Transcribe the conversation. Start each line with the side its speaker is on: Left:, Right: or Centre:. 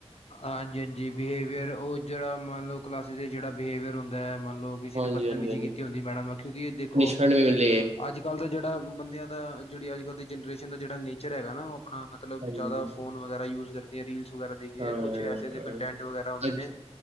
Left: ਹਾਂਜੀ -ਹਾਂਜੀ ਬਿਹੇਵੀਅਰ ਉਹ ਜਿਹੜਾ ਮੈਂ ਕਲਾਸਿਸ ਜਿਹੜਾ ਬਿਹੇਵੀਅਰ ਹੁੰਦਾ ਹੈ ਮਤਲਬ ਲੋਕ ਕਿਸੇ
Right: ਹਾਂਜੀ
Left: ਨੇ ਬਸ
Right: ਹਾਂਜੀ ਹਾਂਜੀ
Left: ਕੀਤੀ ਹੁੰਦੀ ਮੈਡਮ ਨੂੰ ਕਿਉਂਕਿ ਦੇਖੋ
Right: ਪਨਿਸ਼ਮੈਂਟ ਵੀ ਮਿਲੇ
Left: ਅੱਜ ਕੱਲ੍ਹ ਦਾ ਜਿਹੜਾ ਬੰਦਿਆਂ ਦਾ ਜਿਹੜੀ ਅੱਜ ਕੱਲ ਦੀ ਜਨਰੇਸ਼ਨ ਦਾ ਜਿਹੜਾ ਨੇਚਰ ਹੈਗਾ ਨਾ ਉਹ ਆਪਣਾ ਮਤਲਬ
Right: ਹਾਂਜੀ
Left: ਜ਼ਿਆਦਾ
Right: ਹਾਂ
Left: ਫੋਨ ਵਗੈਰਾ ਯੂਜ਼ ਕਰਦੇ। ਦੇ ਰੀਲਸ ਵਗੈਰਾ ਦੇਖਦੇ
Right: ਹਾਂ,
Left: ਕੁਛ ਐਸੇੇ ਕੰਟੈਂਟ ਵਗੈਰਾ ਹੁੰਦੇ
Right: ਅੱਜ
Left: ਨੇ